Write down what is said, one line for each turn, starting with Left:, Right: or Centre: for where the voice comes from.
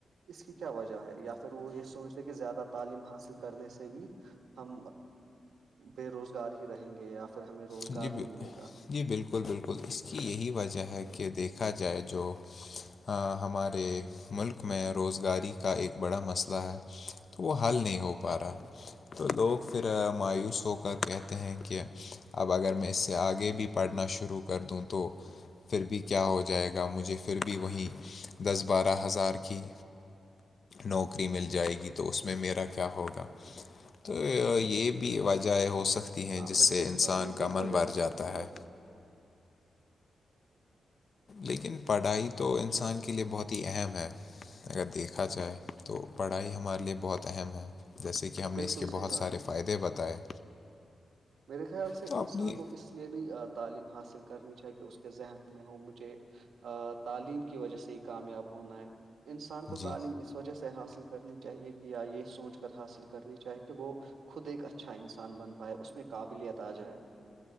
Right: اس کی کیا وجہ ہے یا پھر وہ یہ سوچتے کہ زیادہ تعلیم حاصل کرنے سے بھی ہم بے روزگار ہی رہیں گے یا پھر ہمیں روزگار
Left: جی بل
Right: نہیں ملے گا
Left: جی بالکل بالکل اس کی یہی وجہ ہے کہ دیکھا جائے جو ہاں ہمارے ملک میں روزگاری کا ایک بڑا مسئلہ ہے تو وہ حل نہیں ہو پا رہا تو لوگ پھر مایوس ہو کر کہتے ہیں کہ اب اگر میں اس سے آگے بھی پڑھنا شروع کر دوں تو پھر بھی کیا ہو جائے گا مجھے پھر بھی وہیں دس بارہ ہزار کی نوکری مل جائے گی تو اس میں میرا کیا ہو گا تو یہ بھی وجہ ہو سکتی ہیں
Right: ہاں
Left: جس
Right: بالکل
Left: سے
Right: صحیح
Left: انسان
Right: بات ہے یہ
Left: کا
Right: بھی ایک
Left: من
Right: وجہ
Left: بر
Right: ہو
Left: جاتا
Right: سکتی
Left: ہے لیکن پڑھائی تو انسان کے لیے بہت ہی اہم ہے اگر دیکھا جائے تو پڑھائی ہمارے لیے بہت اہم ہیں جیسے کہ ہم
Right: بالکل
Left: نے اس کے
Right: صحیح
Left: بہت
Right: بات
Left: سارے
Right: ہے
Left: فائدے بتائے
Right: میرے خیال سے
Left: تو
Right: انسان
Left: اپنی
Right: کو اس لیے نہیں آتا تعلیم حاصل کرنی چاہے کہ اس کے ذہن میں ہو مجھے آ تعلیم کی وجہ سے ہی کامیاب ہونا ہے انسان کو
Left: جی
Right: تعلیم اس وجہ سے حاصل کرنی چاہیے کہ یا یہ سوچ کر حاصل کرنی چاہے کہ وہ خود ایک اچھا انسان بن پائے اس میں قابلیت آ جائے